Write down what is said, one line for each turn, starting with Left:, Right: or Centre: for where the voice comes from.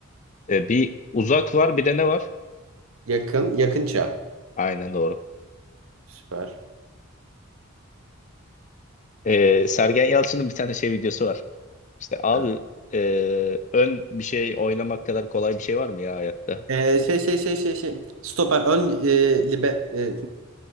Left: E, bir uzak var, bir de ne var?
Right: Yakın. Yakın çağ.
Left: Aynen doğru.
Right: Süper.
Left: E, Sergen Yalçın'ın bir tane şey videosu var. İşte abi
Right: Heh.
Left: e, ön bir şey oynamak kadar kolay bir şey var mı ya hayatta?
Right: Ee, şey şey şey şey şey. Stoper. Ön e, libe, e,